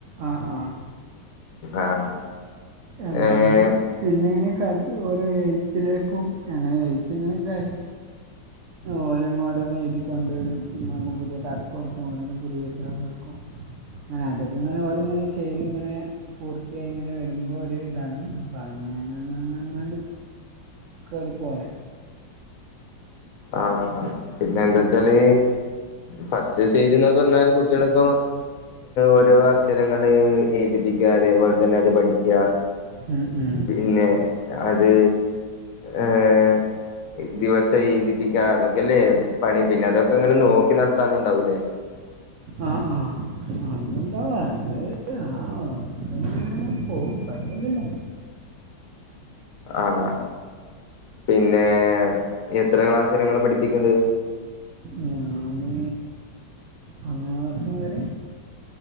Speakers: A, on the right (about 85°); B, on the left (about 60°).
A: ആഹ് ആഹ്
B: ആഹ്
A: അത്
B: ഏഹ്
A: കഴിഞ്ഞ് പിന്നെ ഇങ്ങനെയൊക്കെ ഓരെ എയ്ത്തിലേക്കും അങ്ങനെ എയ്ത്തി ഇങ്ങനെയൊക്കെ ആയി ഓരോങ് ഓരോ എഴുതി കൊണ്ടുവരും നമ്മ പുതിയ ടാസ്ക് കൊടുക്കും ഓരോന്ന് പുതിയത് എയ് താൻ കൊടുക്കും <inaudible> അങ്ങനെ അതൊക്കങ്ങനെ ഓല്ങ്ങനെ ചെയ്തിങ്ങനെ പൂർത്തിയായി ഇങ്ങനെ വരുമ്പോ ഒരു ഇതാണ് ഇപ്പ അങ്ങനെങ്ങ ങ്ങ അങ്ങാണ്ട് കേറിപ്പോലെ
B: ആഹ് ആഹ് പിന്നെ എന്താച്ചാല്
A: അപ്പോൾ
B: ഫസ്റ്റ് റ്റ് സ്റ്റെജി ന്നോക്കെ പറഞ്ഞാൽ കുട്ടികളിപ്പോ ഓരോ ഏഹ് അക്ഷരങ്ങള് ഏയ്തിപ്പിക്ക അതേപോലെ തന്നെ അത് പഠിക്ക്യ
A: ഉം ഉം
B: പിന്നെ അത് ഏഹ് ദിവസയ് തിപ്പിക്ക അതൊക്കെല്ലേ പണി പിന്നെ അതൊക്കെങ്ങനെ നോക്കി നടത്താനുണ്ടാവൂല്ലേ
A: ആഹ് ആഹ് അതുണ്ടാവും അത് ആഹ് അങ്ങനങ്ങനെ പോകും കുഴപ്പൊന്നുല്ല
B: ആഹ് പിന്നെ എത്ര ക്ലാസ് വരങ്ങള് പഠിപ്പിക്ണ്ട്
A: ഞാന് ഒന്നാ ക്ലാസ്സ് മുതൽ